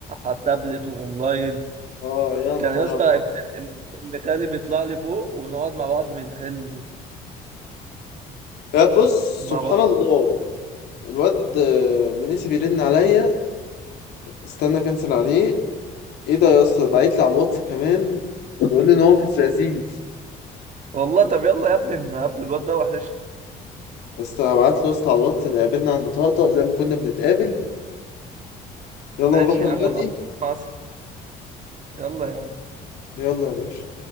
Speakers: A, on the right; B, on the left.
A: على التابلت واونلاين
B: اه يا
A: كان
B: نهار
A: يا اسطى
B: ابيض
A: ابن ابن- ابن خالي بيطلع لي فوق ونقعد مع بعض بنحل
B: يا بص
A: مع
B: سبحان
A: بعض
B: الله الواد آه، منيسي بيرن عليا استنى كنسل عليه ايه ده يا اسطى بعت لي على الواتس كمان بيقول لي ان هو في الزقازيق
A: والله طب يلا يا ابني نقابل الواد ده وحشني
B: بس انا بعت له يا اسطى على الواتس اللي قابلنا عند طقطق زي ما كنا بنتقابل يلا
A: ماشي
B: نروح
A: يا
B: دلوقتي
A: عم ونقعد مع يلا يا عم
B: يلا يا باشا